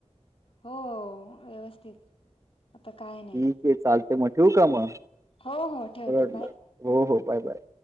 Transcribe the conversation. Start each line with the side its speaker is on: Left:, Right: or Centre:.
Left: हो व्यवस्थित. आता काय नाही
Right: ठीक आहे चालते मग ठेव का मग
Left: हो हो ठेवते
Right: बरं वाटलं
Left: बाय
Right: हो हो. Bye bye.